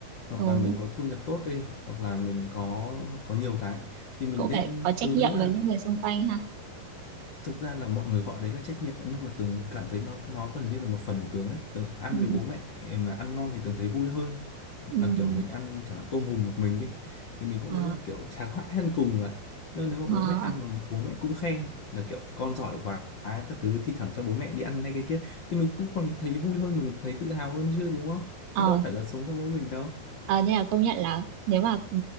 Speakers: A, on the left; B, on the right.
A: hoặc
B: ừ.
A: là mình có thu nhập tốt đi hoặc là mình có có nhiều cái thì mình
B: cũng
A: nên
B: phải có trách
A: Tường
B: nhiệm
A: thấy là
B: với những người xung quanh ha
A: thực ra là mọi người gọi đấy là trách nhiệm nhưng mà Tường cảm thấy nó nó gần như là một phần của Tường ấy Tường ăn
B: ừ
A: với bố mẹ mà ăn ngon thì Tường thấy vui hơn
B: ừ
A: là kiểu mình ăn chẳng hạn tôm hùm một mình đi <laughs> thì mình cũng
B: ờ
A: thấy là kiểu chả khoái ăn cùng cả nhưng mà nếu mà
B: ờ
A: bố mẹ ăn mà bố mẹ cũng khen là kiểu con giỏi quá các thứ thi thoảng cho bố mẹ đi ăn cái này cái kia thì mình cũng còn thấy vui hơn mình thấy tự hào hơn chứ đúng không
B: ờ
A: chứ đâu phải là sống cho mỗi mình đâu
B: ờ nên là công nhận là nếu mà ừ,